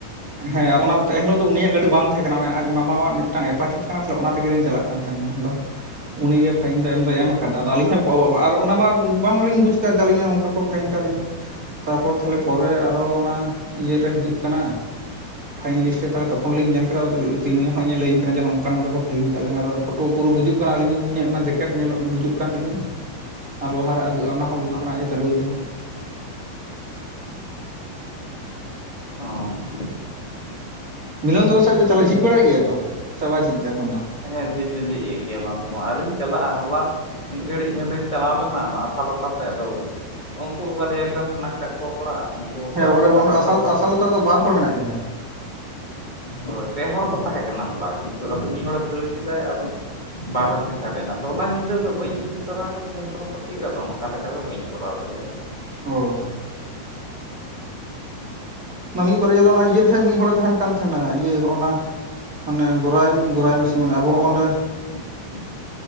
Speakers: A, on the right; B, on the left.
A: ᱦᱮᱸ <inaudible> ᱮᱱᱦᱤᱞᱳᱜ ᱫᱚ ᱩᱱᱤᱭᱟᱜ ᱜᱟᱹᱰᱤ ᱵᱟᱝ ᱛᱟᱦᱮᱸ ᱠᱟᱱᱟ ᱟᱡ ᱢᱟᱢᱟᱟᱜ ᱢᱤᱫᱴᱟᱝ ᱮᱯᱟᱪᱤ ᱚᱱᱟ ᱛᱮᱜᱮᱞᱤᱧ ᱪᱟᱞᱟᱜ ᱠᱟᱱ ᱛᱟᱦᱮᱱᱟ ᱟᱫᱚ ᱩᱱᱤᱜᱮ ᱯᱷᱟᱭᱤᱱ ᱫᱚᱭ ᱮᱢ ᱫᱚᱭ ᱮᱢ ᱠᱟᱫᱟ ᱟᱫᱚ ᱟᱹᱞᱤᱧ ᱦᱚᱸ <inaudible> ᱟᱨ ᱚᱱᱟ ᱢᱟ ᱵᱟᱝᱞᱤᱧ ᱵᱩᱡ ᱟᱠᱟᱫ ᱡᱮ ᱟᱞᱤᱧᱟᱜ ᱱᱚᱝᱠᱟ ᱠᱚ ᱯᱷᱟᱭᱤᱱ ᱠᱟᱜ ᱞᱤᱧᱟ ᱛᱟᱨᱯᱚᱨ ᱛᱟᱦᱞᱮ ᱯᱚᱨᱮ ᱟᱨᱚ ᱚᱱᱟ ᱤᱭᱟᱹᱨᱮ ᱦᱤᱡᱩᱜ ᱠᱟᱱᱟ᱾ ᱯᱷᱟᱭᱤᱱ ᱞᱤᱥᱴ ᱨᱮ ᱛᱟᱦᱚᱞᱮ ᱛᱚᱠᱷᱚᱱ ᱞᱤᱧ ᱧᱮᱞ ᱠᱮᱫᱟ ᱛᱤᱨᱱᱚᱭᱚᱱ ᱤᱧᱮ ᱞᱟᱹᱭᱟᱹᱧ ᱠᱟᱱᱟ ᱡᱮ ᱱᱚᱝᱠᱟ ᱱᱚᱝᱠᱟ ᱠᱚ ᱯᱷᱟᱭᱤᱱ ᱠᱟᱫ ᱞᱟᱝ ᱟ ᱟᱨ ᱯᱩᱨᱟᱹ ᱵᱩᱡᱩᱜ ᱠᱟᱱᱟᱞᱤᱧ ᱤᱧᱟᱹᱜ ᱚᱱᱟ ᱡᱮᱠᱮᱴ ᱧᱮᱞᱚᱜ ᱵᱩᱡᱩᱜ ᱠᱟᱱ ᱛᱤᱧᱟᱹ ᱟᱨ ᱞᱟᱦᱟᱨᱮ ᱚᱱᱟ ᱦᱚᱸ ᱵᱩᱡᱩᱜ
B: ᱚ
A: ᱠᱟᱱᱟ ᱟᱡ ᱮ ᱪᱟᱹᱞᱩᱭᱮᱫᱟ᱾
B: ᱚᱸ
A: ᱢᱤᱞᱚᱱ ᱫᱟᱫᱟ ᱫᱚ ᱪᱟᱞᱟᱜ ᱡᱷᱤᱡ ᱵᱟᱲᱟᱭᱮᱫ ᱜᱮᱭᱭᱟ ᱛᱚ ᱥᱮ ᱵᱟᱭ ᱡᱤᱡ ᱮᱜ-ᱟ ᱮᱠᱷᱚᱱ ᱫᱚ
B: ᱦᱮᱸ ᱡᱷᱤᱡ ᱫᱚ ᱡᱷᱤᱡ ᱮᱫ ᱜᱮᱭᱟ ᱵᱟᱝ ᱫᱚ ᱵᱟᱝ ᱟᱣᱨᱤᱧ ᱪᱟᱞᱟᱜᱼᱟ ᱦᱚᱞᱟ ᱢᱤᱫ ᱜᱷᱟᱹᱲᱤᱡ ᱚᱸᱰᱮᱧ ᱪᱟᱞᱟᱣ ᱞᱮᱱᱟ ᱚᱱᱟ ᱟᱥᱟᱞᱚᱛᱟ ᱥᱮᱫ ᱟᱫᱚ ᱩᱱᱠᱩ ᱵᱟᱨᱭᱟ ᱜᱟᱱ ᱢᱮᱱᱟᱜ ᱟᱠᱟᱫ ᱠᱚᱲᱟ ᱩᱱᱠᱩ
A: ᱦᱮᱸ
B: ᱜᱟᱞ
A: ᱚᱸᱰᱮ
B: ᱢᱟᱨᱟᱣᱜ
A: ᱟᱥᱟᱞ
B: ᱵᱟᱲᱟ
A: ᱟᱥᱟᱞᱚᱛᱟ
B: ᱦᱩᱭ ᱱᱟ᱾
A: ᱨᱮᱫᱚ ᱵᱟᱨ ᱦᱚᱲ ᱢᱮᱱᱟᱜ ᱠᱤᱱᱟᱹ
B: ᱦᱳᱭ ᱯᱮ ᱦᱚᱲ ᱠᱚ ᱛᱟᱦᱮᱸ ᱠᱟᱱᱟ ᱦᱚᱞᱟ ᱠᱤᱱᱛᱩ ᱟᱫᱚ ᱢᱤᱫ ᱦᱚᱲᱮ ᱫᱟᱹᱲ ᱠᱮᱫᱟ ᱟᱫᱚ ᱵᱟᱨ ᱦᱚᱲ ᱠᱤᱱ ᱥᱟᱨᱮᱡ ᱱᱟ ᱟᱫᱚ ᱚᱱᱟ ᱧᱤᱫᱟᱹ ᱫᱚ ᱵᱟᱹᱧ ᱤᱫᱤ ᱛᱚᱨᱟ ᱠᱟᱫᱟ ᱡᱚᱱᱛᱨᱚᱯᱟᱹᱛᱤ ᱠᱚ ᱟᱫᱚ ᱚᱱᱠᱟ ᱞᱮᱠᱟ ᱵᱟᱹᱧ ᱠᱚᱨᱟᱣ ᱫᱟᱲᱤᱭᱟᱫᱟ᱾
A: ᱚ ᱚᱱᱟ ᱢᱤᱫ ᱵᱟᱨᱭᱟ ᱫᱚ ᱚᱱᱟ ᱤᱭᱟᱹ ᱴᱷᱮᱱ ᱢᱤᱫ ᱦᱚᱲᱮ ᱛᱟᱦᱮᱱ ᱠᱟᱱ ᱛᱟᱦᱮᱱᱟ ᱤᱭᱟᱹ ᱦᱚᱸᱜᱱᱟ ᱦᱟᱱᱮ ᱜᱚᱨᱟᱭ ᱜᱚᱨᱟᱭ ᱢᱮᱥᱤᱱ ᱢᱮᱥ ᱟᱵᱚ ᱦᱚᱸᱜ ᱵᱮ
B: <unintelligible>